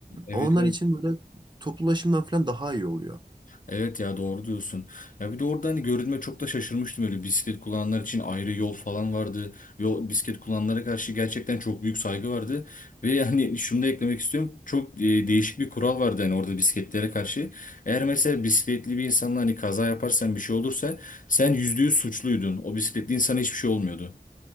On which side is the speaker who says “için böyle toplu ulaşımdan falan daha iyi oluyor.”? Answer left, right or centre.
Right